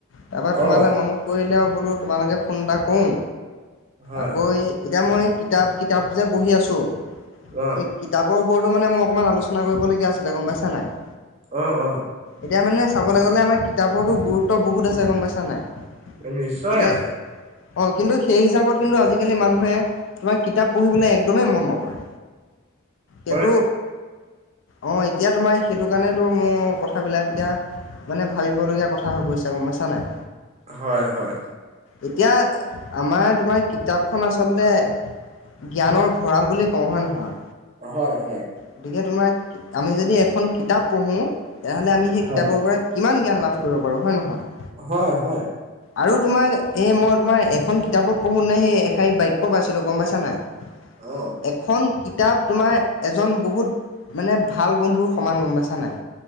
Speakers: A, on the left (about 65°); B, on the right (about 30°).
A: তাপা তোমালে
B: অঁ
A: মনত পৰিলে আৰু বোলো তোমালৈকে ফোন এটা কৰোঁ
B: হয়
A: আকৌ এই এতিয়া মই কিতাপ কিতাপ যে পঢ়ি আছোঁ
B: অ
A: এই কিতাপৰ ওপৰতো মানে মই অকণমান আলোচনা কৰিবলগীয়া আছিলে গম পাইছা নাই
B: অ অ
A: এতিয়া মানে চাবলৈ গ'লে আমাৰ কিতাপৰতো গুৰুত্ব বহুত আছে গম পাইছা নাই
B: নিশ্চয়
A: এতিয়া
B: আছে
A: অ কিন্তু সেই হিচাপত কিন্তু আজিকালি মানুহে তোমাৰ কিতাপ পঢ়িবলৈ একদমেই মন নকৰে সেইটো
B: হয়
A: অঁ এতিয়া তোমাৰ সেইটো কাৰণেতো মোৰ কথাবিলাক এতিয়া মানে ভাবিবলগীয়া কথা হৈ গৈছে গম পাইছা নাই
B: হয় হয়
A: এতিয়া আমাৰ তোমাৰ কিতাপখন আচলতে জ্ঞানৰ ভঁৰাল বুলি কওঁ হয় নহয়
B: হয় হয়
A: গতিকে তোমাৰ আমি যদি এখন কিতাপ পঢ়োঁ তেতিয়াহ'লে আমি সেই
B: হয়
A: কিতাপৰ পাই কিমান জ্ঞান লাভ কৰিব পাৰোঁ হয় নহয়
B: হয় হয়
A: আৰু তোমাৰ এই মই তোমাৰ এখন কিতাপত পঢ়োঁতেনে সেই এষাৰি বাক্য পাইছিলোঁ গম পাইছা নাই <unintelligible>
B: অ।
A: এখন কিতাপ তোমাৰ এজন বহুত মানে ভাল বন্ধুৰ সমান গম পাইছা নাই।